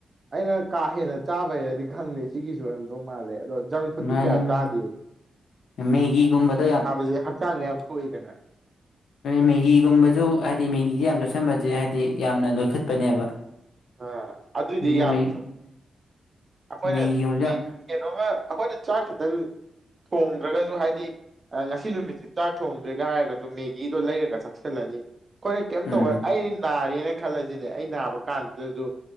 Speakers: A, on the right (about 30°); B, on the left (about 85°).
A: ꯑꯩꯅ ꯀꯥ ꯍꯦꯟꯅ ꯆꯥꯕꯩꯔꯗꯤ ꯈꯪꯗꯦ ꯁꯤꯒꯤꯁꯨ ꯑꯣꯏꯔꯝꯗꯧ ꯃꯥꯜꯂꯦ꯫ ꯑꯗꯣ ꯖꯪ ꯐꯨꯗꯇꯤ
B: ꯃꯥꯅꯤ
A: ꯀꯌꯥ
B: ꯃꯥꯅꯦ
A: ꯆꯥꯗꯦ
B: ꯃꯦꯒꯤꯒꯨꯝꯕꯗ
A: ꯁꯦ ꯍꯛꯆꯥꯡꯅꯦ ꯁꯨꯣꯏꯕꯅ
B: ꯃꯦꯒꯤꯒꯨꯝꯕꯁꯨ ꯍꯥꯏꯕꯗꯤ ꯃꯦꯒꯤꯁꯦ ꯌꯥꯝ ꯆꯣꯠꯁꯟꯕꯁꯦ ꯍꯥꯏꯕꯗꯤ ꯌꯥꯝꯅ ꯅꯣꯏꯈꯠꯄꯅꯦꯕ
A: ꯑ ꯑꯗꯨꯏꯗꯤ
B: ꯑꯗꯨꯅ
A: ꯌꯥꯝ
B: ꯃꯦ
A: ꯆꯨꯝꯃꯦ ꯑꯩꯈꯣꯏꯅ
B: ꯃꯦꯒꯤꯒꯨꯝꯕꯁꯨ ꯌꯥꯝ
A: ꯀꯩꯅꯣꯝꯃ ꯑꯩꯈꯣꯏꯗ ꯆꯥꯛ ꯈꯤꯇꯪ ꯊꯣꯡꯗ꯭ꯔꯒꯁꯨ ꯍꯥꯏꯗꯤ ꯉꯁꯤ ꯅꯨꯃꯤꯠꯁꯤ ꯆꯥꯛ ꯊꯣꯡꯗ꯭ꯔꯦꯒ ꯍꯥꯏꯔꯒꯁꯨ ꯃꯦꯒꯤꯗꯣ ꯂꯩꯔꯒ ꯆꯥꯛꯁꯤꯜꯂꯅꯤ ꯑꯩꯈꯣꯏ ꯀꯦꯝ
B: ꯎꯝ
A: ꯇꯧꯕ ꯑꯩ ꯅꯥꯔꯤ ꯅꯔꯤꯅ ꯈꯜꯂꯁꯤꯅꯦ ꯑꯩ ꯅꯥꯕ ꯀꯥꯟꯁꯤꯗꯁꯨ